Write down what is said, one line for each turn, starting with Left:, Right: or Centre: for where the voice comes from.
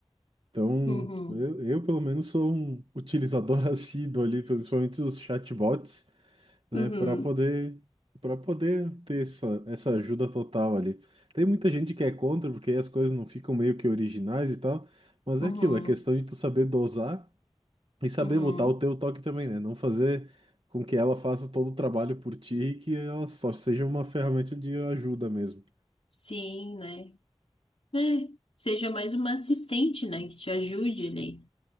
Right: Então,
Left: Uhum,
Right: eu, eu, pelo menos sou um utilizador <laughs> assíduo ali, principalmente os chatbots, né,
Left: uhum,
Right: para poder para poder ter essa, essa ajuda total ali. Tem muita gente que é contra, porque aí as coisas não ficam meio que originais e tal, mas
Left: uhum,
Right: é aquilo, é questão de tu saber dosar e saber
Left: uhum.
Right: botar o teu toque também, né? Não fazer com que ela faça todo o trabalho por ti e que ela só seja uma ferramenta de ajuda mesmo.
Left: Sim, né? É, seja mais uma assistente, né, que te ajude ali.